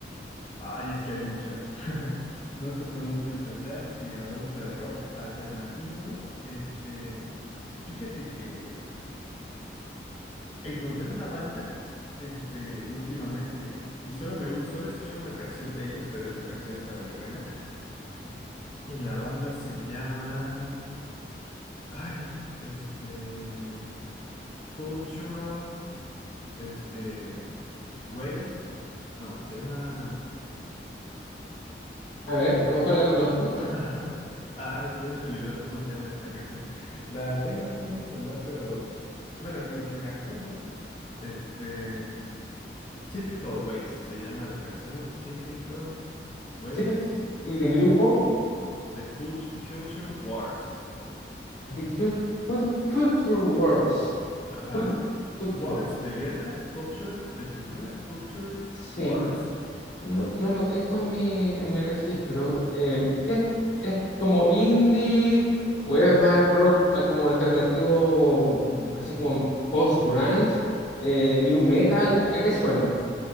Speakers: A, on the left; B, on the left.
A: Ay, es que hay muchas. <laughs> No sé por dónde empezar. Si hablamos de rock alternativo, este. Fíjate que encontré una banda, este, últimamente, y solo me gu- solo he escuchado una canción de ellos, pero esa canción está muy buena. Y la banda se llama. Ay, este. Cultural, este. Ways. No, se llama.
B: A ver, a lo mejor la conozco.
A: <laughs> Ay, ya se me olvidó cómo se llama esta canción. La tengo aquí en el celular, pero bueno, en lo que me acuerdo, este, mm, Typical Ways se llama la canción, Typical Ways,
B: Siempre- Y el grupo
A: The Cult- Culture Wars.
B: The Cul- Cul- Culture Wars.
A: Ajá,
B: Cul- Culture.
A: Wars de guerra, Culture de cultura, Culture
B: Sí,
A: Wars.
B: No, no lo tengo en mi, en mi registro. Em, ¿qué es, es como indie o es más rock ah, como alternativo, así como post-grunge, eh, new metal? ¿A, a qué suena?